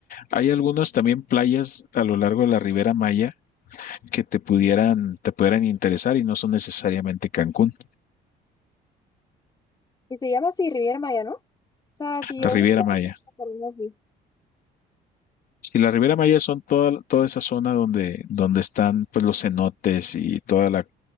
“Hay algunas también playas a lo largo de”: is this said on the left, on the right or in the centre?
Left